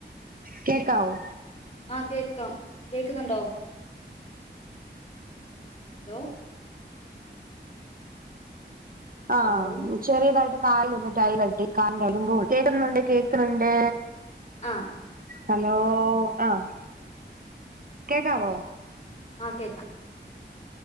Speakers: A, on the right (about 50°); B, on the left (about 35°).
A: കേക്കാവോ?
B: ആഹ് കേക്കാം. കേക്ക്ന്ന്ണ്ടോ? ഹലോ?
A: ആഹ്
B: ഹലോ
A: ബ്ലും ചെറ്യേതായിട്ട് കാലിലൊന്ന് ട്ടൈ കെട്ടി കാലിന്റെ <unintelligible> കേക്കുന്നുണ്ട് കേക്ക്ണ് ണ്ട്.
B: ആഹ്
A: ഹലോ ആഹ് കേക്കാവോ?
B: ആഹ് കേക്കാം.